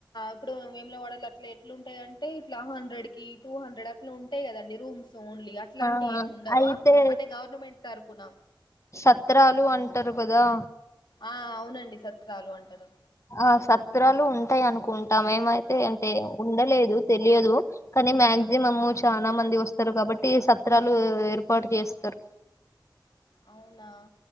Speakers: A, on the left; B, on the left.
A: ఇప్పుడు వేము లవాడ అట్లే ఎట్ల ఉంటయి అంటే ఇట్ల హండ్రెడ్ కీ టూ హండ్రెడ్ అట్ల ఉంటయి గదండి రూమ్స్ ఓన్లీ అట్లాంటివి
B: ఆ
A: ఏమి ఉండవా
B: అయితే
A: అంటే గవర్నమెంట్ తరపున
B: సత్రాలు అంటరు గదా
A: ఆ అవునండి సత్రాాలు అంటరు
B: ఆ సత్రాలు ఉంటయి అనుకుంటాం ఏమైతే అంటే ఉండలేదు తెలియదు నీ మ్యాక్సిమమ్ చాలా మంది వస్తరు గాబట్టి సత్రాలు ఏర్పాటు జేస్తరు <inaudible>
A: అవునా